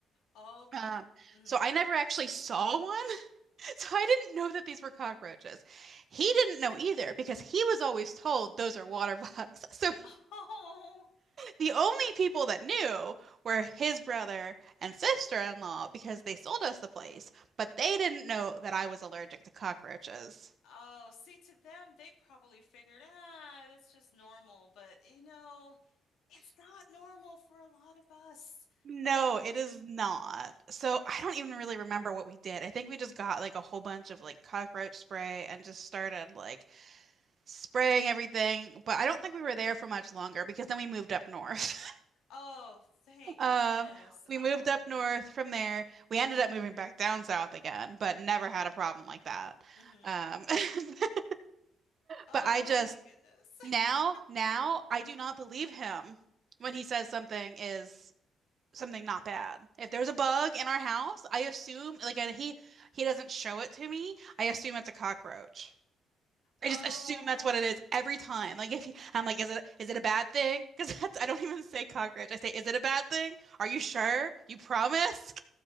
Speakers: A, on the left; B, on the right.
A: Okay.
B: Um,
A: Mm-hmm.
B: so I never actually saw one. <laughs> So I didn't know that these were cockroaches. He didn't know either because he was always told those are water bugs. <laughs> So
A: <laughs> Oh.
B: the only people that knew were his brother and sister-in-law because they sold us the place, but they didn't know that I was allergic to cockroaches.
A: Oh, see, to them, they probably figured, ah, that's just normal. But, you know, it's not normal for a lot of us.
B: No, it is not. So I don't even really remember what we did. I think we just got like a whole bunch of like cockroach spray and just started like spraying everything, but I don't think we were there for much longer because then we moved up north. <laughs>
A: Oh, thank
B: Um,
A: goodness.
B: we
A: Oh,
B: moved up north from there. We ended up moving back down south again, but never had a problem like that.
A: hmm
B: Um, <laughs>
A: Oh
B: But I just
A: my goodness. <laughs>
B: now, now I do not believe him when he says something is something not bad. If there's a bug in our house, I assume like and he he doesn't show it to me. I assume it's a cockroach. I
A: Oh,
B: just assume that's what it is every time. Like if he, I'm like, is it is it a bad thing? <laughs> Because that's I don't even say cockroach. I say, is it a bad thing? Are you sure? You promise?